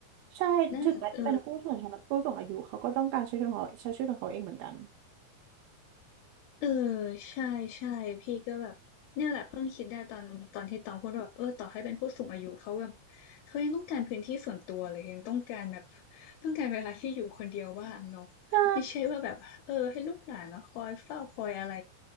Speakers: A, on the right (about 80°); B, on the left (about 85°).
A: ใช่ถึงแม้จะเป็นผู้สูงชนผู้สูงอายุเขาก็ต้องการใช้ชีวิตของเขาใช้ชีวิตของเขาเองเหมือนกัน
B: นั่นเออ เออใช่ใช่พี่ก็แบบเนี่ยแหละเพิ่งคิดได้ตอนตอนที่ตองพูดว่าแบบเออต่อให้เป็นผู้สูงอายุเขาแบบเขายังต้องการพื้นที่ส่วนตัวเลยยังต้องการแบบต้องการเวลาที่อยู่คนเดียวบ้างเนาะ
A: ใช่
B: ไม่ใช่ว่าแบบเออให้ลูกหลานเนาะคอยเฝ้าคอยอะไร